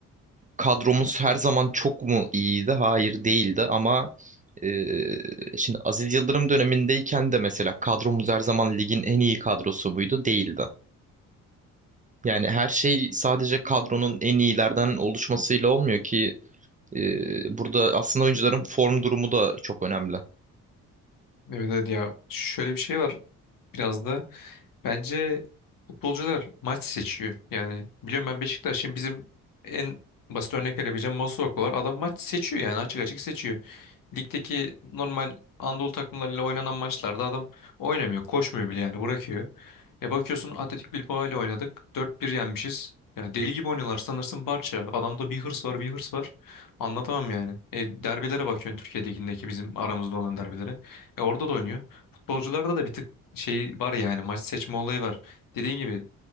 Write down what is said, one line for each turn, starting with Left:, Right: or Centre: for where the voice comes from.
Right: kadromuz her zaman çok mu iyiydi? Hayır değildi ama e, şimdi Aziz Yıldırım dönemindeyken de mesela kadromuz her zaman ligin en iyi kadrosu muydu? Değildi. Yani her şey sadece kadronun en iyilerden oluşmasıyla olmuyor ki e, burada aslında oyuncuların form durumu da çok önemli.
Left: Evet, evet ya şöyle bir şey var biraz da. Bence futbolcular maç seçiyor. Yani biliyorum ben Beşiktaş'ın bizim en basit örnek verebileceğim Masuaku var. Adam maç seçiyor yani açık açık seçiyor. Ligdeki normal Anadolu takımlarıyla oynanan maçlarda adam oynamıyor, koşmuyor bile yani bırakıyor. E bakıyorsun Atletik Bilbao ile oynadık. dört 1 yenmişiz. Yani deli gibi oynuyorlar. Sanırsın Barça. Adamda bir hırs var, bir hırs var. Anlatamam yani. E derbilere bakıyorsun Türkiye Ligi'ndeki bizim aramızda olan derbilere. E orada da oynuyor. Futbolcularda da bir tık şey var ya yani maç seçme olayı var. Dediğin gibi